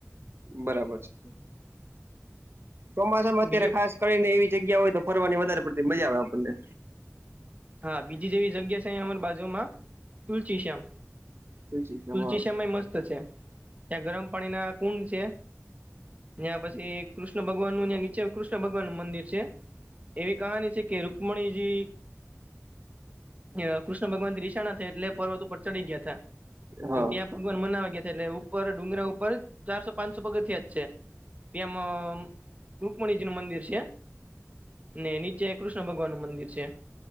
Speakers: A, on the right; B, on the right.
A: બરાબર છે. ચોમાસામાં અત્યારે
B: બીજું
A: ખાસ કરીને એવી જગ્યા હોય તો ફરવાની વધારે પડતી મજા આવે આપણને.
B: હા. બીજી જેવી જગ્યા છે અહિયાં અમારી બાજુમાં, તુલસી શ્યામ.
A: તુલસીમાં
B: તુલસી શ્યામ એઈ મસ્ત છે. ત્યાં ગરમ પાણી ના કુંડ છે. ન્યાં પછી કૃષ્ણ ભગવાનનું ન્યાં નીચે કૃષ્ણ ભગવાનનું મંદિર છે. એવી કહાની છે કે રુકમણીજી અહ કૃષ્ણ ભગવાન થી રીશાના છે એટલે પર્વત ઉપર ચડી ગયા તા.
A: હા
B: ત્યાં ભગવાન મનાવા ગયા તા. એટલે ઉપર ડુંગરા ઉપર ચારસો પાંસો પગથિયાં જ છે. ત્યાંમ રુકમણિજી નું મંદિર સે. ને નીચે કૃષ્ણ ભગવાનનું મંદિર છે.